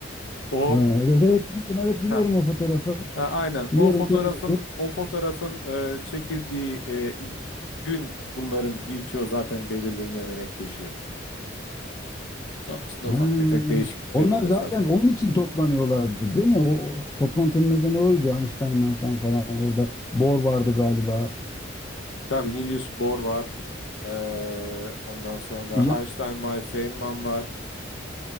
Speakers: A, on the left; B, on the left.
A: O
B: Ha, evet evet biliyorum evet
A: ha
B: biliyorum o fotoğrafı.
A: aynen
B: Biliyorum
A: o fotoğrafın
B: çok meşhur.
A: o fotoğrafın e, çekildiği e, gün bunların birçoğu zaten belirleniyor ve netleşiyor. Sonrasında
B: Ha,
A: ufak tefek değişiklikler
B: Onlar
A: oluyor
B: zaten
A: sadece.
B: onun için toplanıyorlardı değil mi? O, o toplantının nedeni oydu. Einstein, Einstein falan orada. Bohr vardı galiba.
A: Tabii Niels Bohr var. Ee, ondan sonra
B: Ya
A: Einstein var, Feynman var.